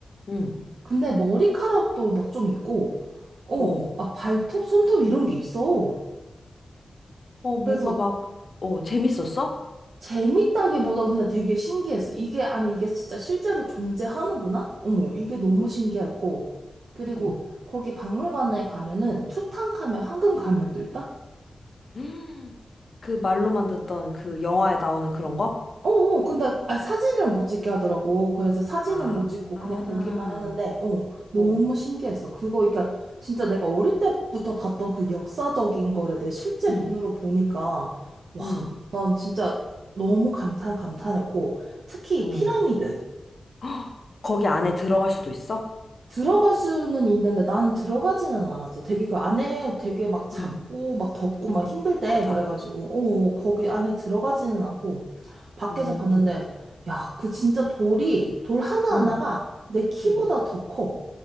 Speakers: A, on the left; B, on the right.
A: 응.
B: 근데 머리카락도 막 좀 있고, 어,
A: 오,
B: 막 발톱, 손톱 이런 게 있어.
A: 어, 뭔가
B: 그래서
A: 막, 어, 재밌었어?
B: 재밌다기보다 그냥 되게 신기했어. 이게, 아니, 이게 진짜 실제로 존재하는구나? 어, 이게 너무
A: 오,
B: 신기했고. 그리고
A: 어.
B: 거기 박물관에 가면은 투탕카멘 황금 가면도 있다?
A: <gasps> 음. 그 말로만 듣던 그 영화에 나오는 그런 거?
B: 어, 어, 근데 아, 사진을 못 찍게 하더라고. 그래서 사진은
A: 아,
B: 못 찍고
A: 아,
B: 그냥 보기만 했는데, 어, 너무
A: 어,
B: 신기했어. 그거, 그러니까 진짜 내가 어릴 때부터 봤던 그 역사적인 거를 내 실제
A: 응,
B: 눈으로 보니까, 와,
A: 응,
B: 난 진짜 너무 감탄, 감탄했고, 특히
A: 어. 헉,
B: 피라미드.
A: <gasps> 거기 안에 들어갈 수도 있어?
B: 들어갈 수는 있는데 난 들어가지는 않았어. 되게 그 안에 되게 막 작고
A: 응,
B: 막 덥고 막
A: 응,
B: 힘들 때
A: 맞아.
B: 그래가지고 어 어, 거기 안에 들어가지는 않고 밖에서
A: 오,
B: 봤는데 야 그 진짜 돌이 돌 하나하나가
A: 응,
B: 내 키보다
A: 응.
B: 더 커.